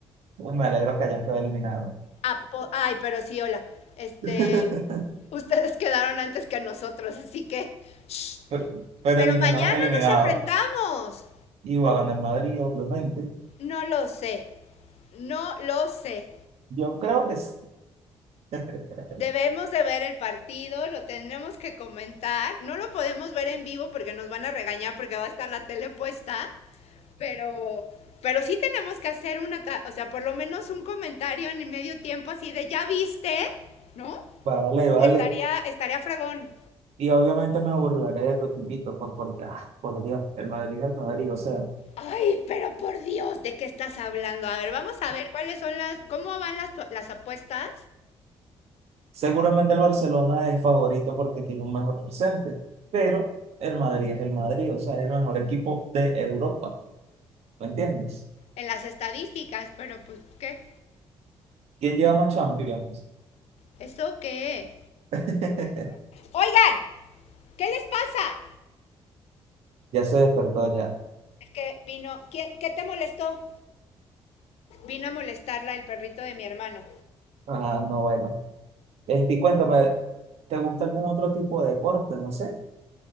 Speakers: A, on the right; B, on the left.
A: Uy, me alegro que hayan quedado eliminados.
B: A po- Ay, pero sí, hola. Este,
A: <laughs>
B: ustedes <laughs> quedaron antes que nosotros, así que... shh.
A: Pero, pero
B: Pero
A: eliminado
B: mañana
A: es eliminado.
B: nos enfrentamos.
A: Y va a ganar el Madrid, obviamente.
B: No lo sé. No lo sé.
A: Yo creo que sí. <laughs>
B: Debemos de ver el partido, lo tendremos que comentar. No lo podemos ver en vivo porque nos van a regañar porque va a estar la tele puesta, pero pero sí tenemos que hacer una, o sea, por lo menos un comentario en el medio tiempo así de ya viste, ¿no?
A: Vale, vale.
B: Estaría estaría fregón.
A: Y obviamente me burlaré de estos tipitos pues porque, ah, por Dios, el Madrid es el Madrid. O sea,
B: Ay, pero por Dios, ¿de qué estás hablando? A ver, vamos a ver cuáles son las cómo van las las apuestas
A: seguramente el Barcelona es favorito porque tiene un mejor presente, pero el Madrid es el Madrid, o sea, es el mejor equipo de Europa. ¿Me entiendes?
B: en las estadísticas, pero pues qué?
A: ¿Quién lleva más Champions?
B: ¿Eso qué?
A: <laughs>
B: Oigan, ¿qué les pasa?
A: Ya se despertó ya.
B: que vino, ¿qué, qué te molestó? Vino a molestarla el perrito de mi hermano.
A: Ah, no, bueno. Este, y cuéntame, ¿te gusta algún otro tipo de deporte? No sé,